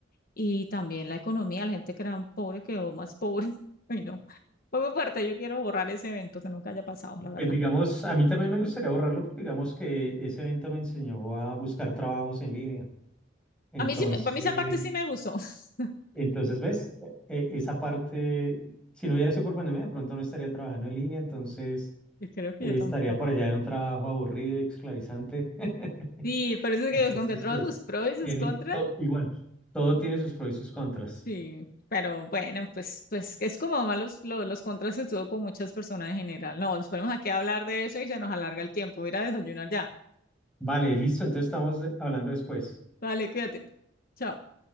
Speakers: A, on the left; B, in the centre.
A: y también la economía, la gente que era pobre quedó más pobre. <laughs> Ay, no. Fue muy fuerte, yo quiero borrar ese evento que nunca haya pasado, la verdad.
B: pues digamos, a mí también me gustaría borrarlo, porque digamos que ese evento me enseñó a buscar trabajos en línea. Entonces,
A: A mí sí, me- para mí esa parte sí me gustó. <laughs>
B: entonces ves, E- e, esa parte, si no hubiera sido por pandemia, de pronto no estaría trabajando en línea, entonces
A: Yo creo que
B: eh,
A: yo tampoco.
B: estaría por allá en un trabajo aburrido y esclavizante. <laughs>
A: Sí, pero eso es
B: Entonces,
A: que con que todos
B: pues,
A: sus pros y sus
B: tiene
A: contras,
B: todo, igual, todo tiene sus pros y sus contras.
A: sí. Pero bueno, pues, pues es como más los, los, los contras que tuvo con muchas personas en general. No, nos ponemos aquí a hablar de eso y se nos alarga el tiempo. Voy a ir a desayunar ya.
B: Vale, listo, entonces estamos hablando después.
A: Vale, cuídate. Chao.